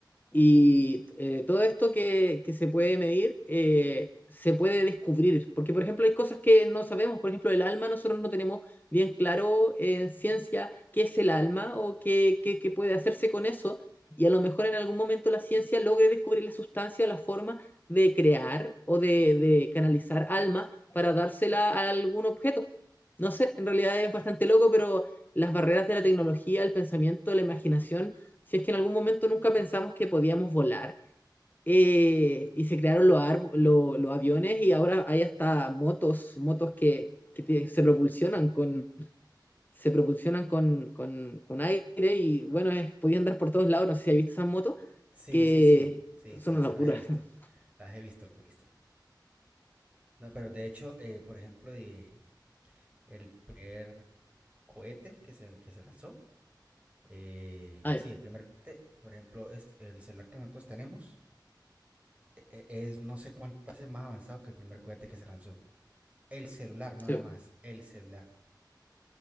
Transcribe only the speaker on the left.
Y eh, todo esto que, que se puede medir eh, se puede descubrir, porque por ejemplo hay cosas que no sabemos, por ejemplo el alma, nosotros no tenemos bien claro eh, en ciencia qué es el alma o qué, qué, qué puede hacerse con eso, y a lo mejor en algún momento la ciencia logre descubrir la sustancia o la forma de crear o de, de canalizar alma para dársela a algún objeto. No sé, en realidad es bastante loco, pero las barreras de la tecnología, el pensamiento, la imaginación si es que en algún momento nunca pensamos que podíamos volar. eh, y se crearon los, arbo- lo- los aviones y ahora hay hasta motos, motos que, que te- se propulsionan con, se propulsionan con, con, con aire y bueno, es, podía andar por todos lados, no sé si has visto esas motos,
que
son
una
locura.
<laughs>
Ay,
sí.